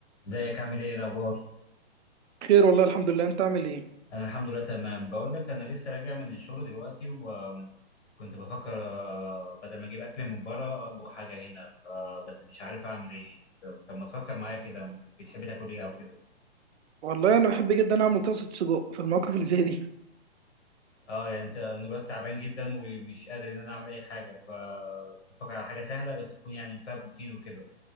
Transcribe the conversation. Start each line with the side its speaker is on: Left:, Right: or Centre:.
Left: ازيك عامل ايه إيه الاخبار
Right: خير والله الحمد لله انت عامل ايه
Left: انا الحمد لله تمام بقول لك انا لسه راجع من الشغل دلوقتي وكنت بفكر آه، بدل ما اجيب اكل من بره اطبخ حاجه هنا آه، بس مش عارف اعمل ايه طب طب ما تفكر معايا كده بتحب تاكل ايه او كده
Right: والله انا بحب جدا اعمل طاسه سجق في المواقف اللي زي دي
Left: اه يعني انت انا دلوقتي تعبان جدا ومش قادر ان انا اعمل اي حاجه فكنت بفكر على حاجه سهله بس تكون يعني فيها بروتين وكده